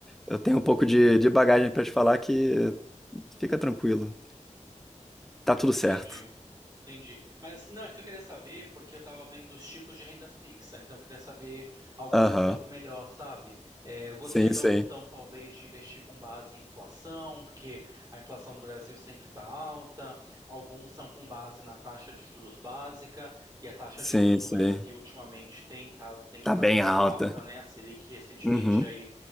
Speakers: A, in the centre; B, on the right.
A: eu tenho um pouco de, de bagagem para te falar que fica tranquilo. Tá tudo
B: Entendi.
A: certo.
B: Entendi. Mas assim, não, é que eu queria saber, porque eu tava vendo os tipos de renda fixa, então eu queria saber alguma
A: Aham.
B: que fosse melhor, sabe? É, eu gostei
A: Sim,
B: da
A: sim.
B: opção, talvez, de investir com base em inflação, porque a inflação no Brasil sempre está alta, alguns são com base na taxa de juros básica, e a taxa
A: Sim,
B: de juros
A: sim.
B: no Brasil ultimamente tem, tá- tem
A: Tá
B: estado
A: bem
B: muito
A: alta.
B: alta, né? A Selic recentemente
A: Uhum.
B: aí